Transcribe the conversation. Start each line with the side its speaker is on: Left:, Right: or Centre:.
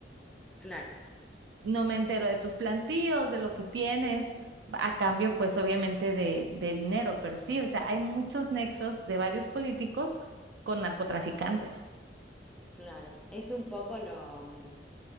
Centre: Claro.
Right: no me entero de tus plantíos, de lo que tienes, a cambio, pues obviamente de, de dinero, pero sí, o sea, hay muchos nexos de varios políticos con narcotraficantes. <laughs>
Centre: Claro, es un poco lo, mm,